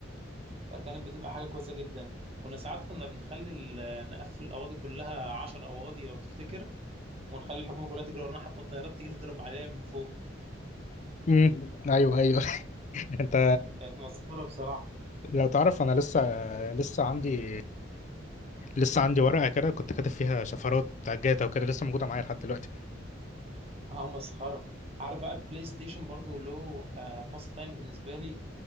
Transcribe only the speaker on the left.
امم ايوه ايوه <laughs> انت
لو تعرف انا لسه لسه عندي لسه عندي ورقه كده كنت كاتب فيها شفرات بتاع جاتا وكده لسه موجوده معايا لحد دلوقتي